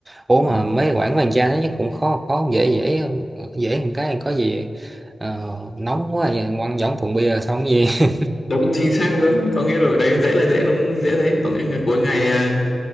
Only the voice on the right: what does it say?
ủa mà
mấy quảng hoàng gia nó chắc cũng khó khó dễ dễ dễ một cái có gì ờ, nóng quá vậy, quăng giống thùng bia xong cái gì